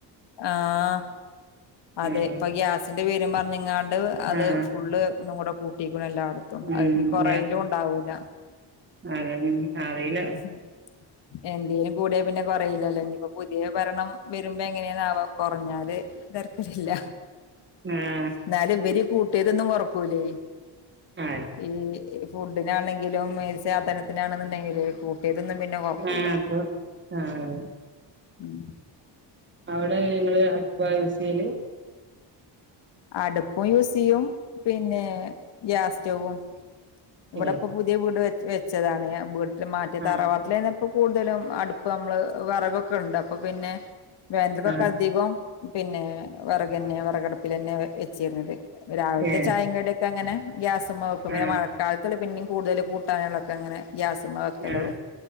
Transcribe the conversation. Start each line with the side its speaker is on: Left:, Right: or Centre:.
Left: ആഹ് അതെ
Right: ഉം
Left: ഇപ്പൊ ഗ്യാസിന്റെ പേരും പറഞ്ഞങ്ങാണ്ട് അത്
Right: ആ
Left: ഫുള്ള് ഒന്നും കൂടെ കൂട്ടിക്കണ് എല്ലാടത്തും
Right: ഉം
Left: അതിനി കൊറയലും ഉണ്ടാവൂല
Right: അതിനിനി അറിയില്ല
Left: ഉം എന്തേലും കൂടിയാ പിന്നെ കൊറയില്ലല്ലോ ഇനിയിപ്പോ പുതിയ ഭരണം വരുമ്പോ എങ്ങനെയന്നാവോ കൊറഞ്ഞാല് ബർക്കലില്ല
Right: ആ
Left: എന്നാലും ഇവര് കൂട്ടിയതൊന്നും കൊറക്കൂല്ലേ
Right: ആ
Left: ഈ ഫുഡിനാണെങ്കിലും ഈ സാധനത്തിനാണെന്നുണ്ടെങ്കിൽ കൂട്ടിയതൊന്നും പിന്നെ കൊറക്കൂല
Right: ആഹ് ആഹ്
Left: ഉം
Right: അവിടെ ങ്ങള് അടുപ്പ യൂസ് ചെയല്
Left: അടുപ്പും യൂസ് ചെയ്യും പിന്നെ ഗ്യാസ് സ്റ്റവും ഇവിടെപ്പ
Right: ഏ
Left: പുതിയ വീട് വെ വെച്ചതാണെ വീട്ടിൽ മറ്റെ
Right: ആ
Left: തറവാട്ടിലായ്നപ്പ്‌ ഇപ്പ കൂടുതലും അടുപ്പ് നമ്മള് വിറകൊക്കെ ഉണ്ട് അപ്പൊ പിന്നെ വേണ്ടതൊക്കെ
Right: ആ
Left: അധികം പിന്നെ വിറകന്നെ വിറകടുപ്പിൽന്നെ വെച്ചിരുന്നത് രാവിലത്തെ
Right: ഏ
Left: ചായേം കടിയൊക്കെ അങ്ങനെ ഗ്യാസ്മ്മേ വെക്കും പിന്നെ
Right: ആ
Left: മഴക്കാല ത്തില് പിന്നേം കൂടുതല് കൂട്ടാനുള്ളൊക്കെങ്ങനെ ഗ്യാസുമ്മേ വെക്കലുള്ളൂ
Right: ആ